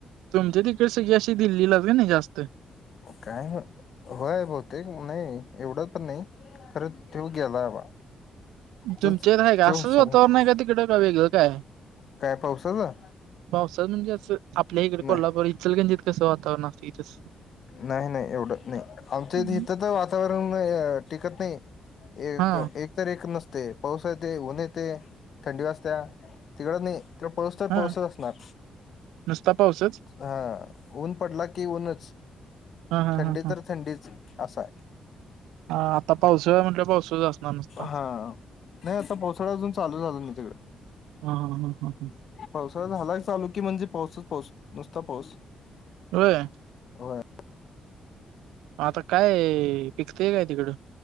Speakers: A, on the right (about 80°); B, on the left (about 60°).
A: तुमच्या तिथ सगळी अशी दिल्लीलाच किनी जास्त.
B: काय होय बहुतेक नाही एवढं पण नायी. खरं त्यो गेलाय बा. तोच
A: तुमच्या इथं हाय काय
B: तो
A: असंच
B: हुशार
A: वातावरण
B: आहे
A: हाय का तिकडं? का वेगळं काय हाय?
B: काय पावसाचा?
A: पावसाच म्हणजे असं आपल्या इकडे
B: नाही
A: कोल्हापूर इचलकरंजीत कसं वातावरण असतय इथं.
B: नाही नाही एवढं नाही आमच्याहित
A: हम्म.
B: तर वातावरण टिकत नायी. एक
A: हा
B: एक तर एक नसतय पाऊस येतय ऊन येतय थंडी वाजत्या तिकडं नई. त्यो पाऊस तर
A: हा
B: पाऊसच असणार.
A: नुसता पाऊसच
B: हां ऊन पडला की ऊनच
A: हा हा
B: थंडी
A: हा हा
B: तर थंडीच असायं..
A: हां आता पावसुळा म्हटलं पावसुळाच असणार नुसता.
B: हा नाही आता पावसुळा अजून चालू झाला नायी तिकडं.
A: हां हां हां हां.
B: पावसाळा झाला चालू की म्हणजे पाऊसच पाऊस नुसता पाऊस.
A: होय.
B: होय
A: आता काय पिकतेय काय तिकडं?